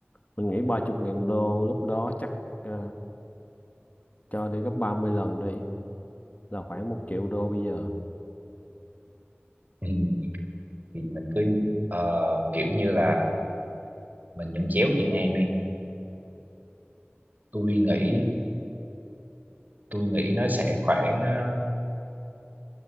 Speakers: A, on the left; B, on the right.
A: Mình nghĩ 30.000 đô lúc đó chắc à, cho đi gấp 30 lần đi là khoảng một triệu đô bây giờ
B: ừ. thì mình cứ ờ, kiểu như là mình nhận chéo chiên ngang đi tôi nghĩ tôi nghĩ nó sẽ khoảng ờ,